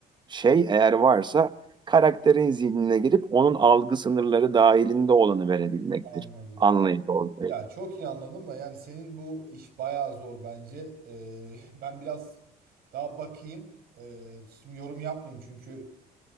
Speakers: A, on the right; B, on the right.
A: şey eğer varsa karakterin zihnine girip onun algı sınırları dahilinde olanı verebilmektir.
B: anladım
A: Anlayıcı
B: abi.
A: olmaya.
B: Ya çok iyi anladım da yani senin bu iş bayağı zor bence. Ee, ben biraz daha bakayım. Ee, şimdi yorum yapmayayım çünkü